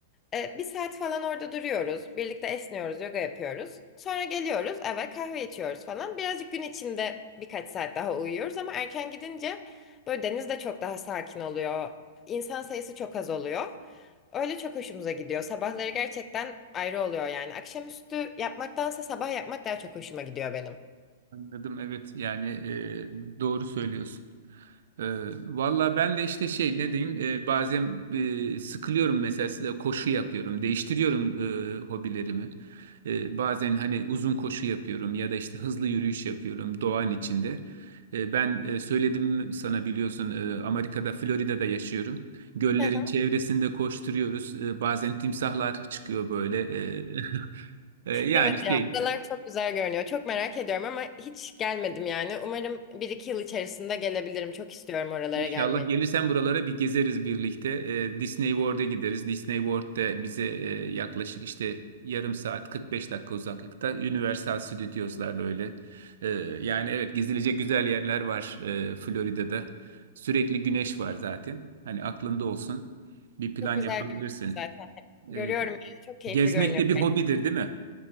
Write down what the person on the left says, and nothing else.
E, bir saat falan orada duruyoruz. Birlikte esniyoruz, yoga yapıyoruz. Sonra geliyoruz eve kahve içiyoruz falan. Birazcık gün içinde birkaç saat daha uyuyoruz ama erken gidince böyle deniz de çok daha sakin oluyor. İnsan sayısı çok az oluyor. Öyle çok hoşumuza gidiyor. Sabahları gerçekten ayrı oluyor yani. Akşamüstü yapmaktansa sabah yapmak daha çok hoşuma gidiyor benim.
Hı hı.
Evet
ya, adalar çok güzel görünüyor. Çok merak ediyorum ama hiç gelmedim yani. Umarım bir iki yıl içerisinde gelebilirim. Çok istiyorum oralara
gelmeyi.
Çok güzel
görünüyor zaten. Görüyorum
yani. Çok keyifli
görünüyor.